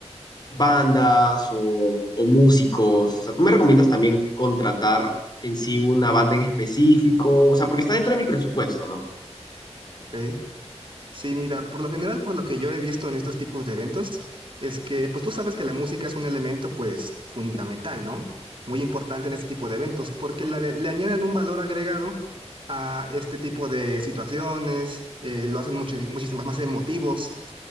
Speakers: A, on the left; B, on the right.
A: bandas o, o músicos? O sea, ¿tú me recomiendas también contratar en sí una banda en específico? O sea, porque está dentro de mi presupuesto, ¿no?
B: ¿ok? Sí, mira, por lo general, por lo que yo he visto en estos tipos de eventos, es que, pues tú sabes que la música es un elemento, pues, fundamental, ¿no? Muy importante en este tipo de eventos, porque la- le añaden un valor agregado a este tipo de situaciones, eh, lo hacen mucho, muchísimas más emotivos.